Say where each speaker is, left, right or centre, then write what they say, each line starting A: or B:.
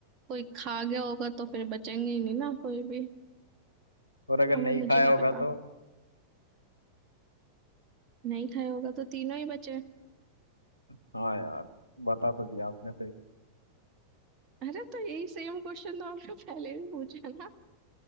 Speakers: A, on the right (about 35°); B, on the right (about 80°).
A: कोई खा गया होगा तो फिर बचेंगे ही नहीं ना कोई भी
B: और अगर
A: अब
B: नहीं
A: वो मुझे
B: खाया
A: क्या
B: होगा
A: पता
B: तो
A: नहीं खाया होगा तो तीनों ही बचे
B: हाँ यार बता तो दिया आपने
A: अरे तो यही सेम क्वेश्चन तो आपने <laughs> पहले भी पूछा ना